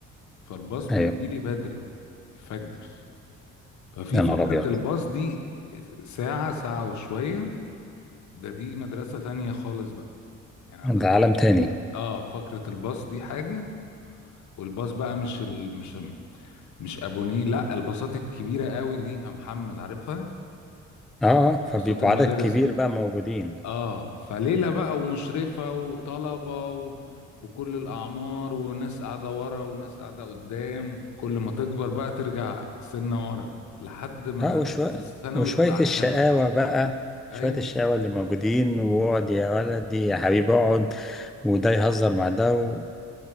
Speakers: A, on the left (about 70°); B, in the centre.
A: فالباص بيجي
B: أيوه
A: لي بدري الفجر ففي
B: يا
A: فقرة
B: نهار أبيض
A: الباص دي ساعة ساعة وشوية ده دي مدرسة تانية خالص بقى يعني عندك
B: ده
A: فقرة
B: عالم تاني
A: اه فقرة الباص دي حاجة والباص بقى مش ال... مش مش ابونيه لا الباصات الكبيرة قوي دي يا محمد عارفها
B: أه آه، فبيبقوا
A: بساط المدارس
B: عدد كبير بقى موجودين
A: اه فليلة بقى ومشرفة وطلبة و... وكل الأعمار وناس قاعدة ورا وناس قاعدة قدام كل ما تكبر بقى ترجع سنة ورا لحد ما
B: أه وشوية
A: في الثانوي
B: وشوية
A: تبقى على
B: الشقاوة
A: الكنبة
B: بقى
A: أيوة
B: شوية الشقاوة اللي موجودين واقعد يا ولدي يا حبيبي اقعد وده يهزر مع ده